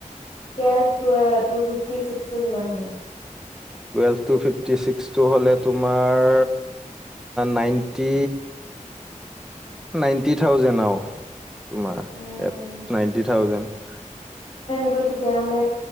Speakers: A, on the left; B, in the centre.
A: টুৱেলভ টুৱে টু ফিফটি ছিক্সটো কিমান হ'ব?
B: টুৱেলভ টু ফিফটি ছিক্স হ'লে, তোমাৰ নাইনটি নাইনটি থাউজেণ্ড আৰু। তোমাৰ
A: উম
B: এ নাইনটি থাউজেণ্ড।
A: টো তেতিয়াহ'লে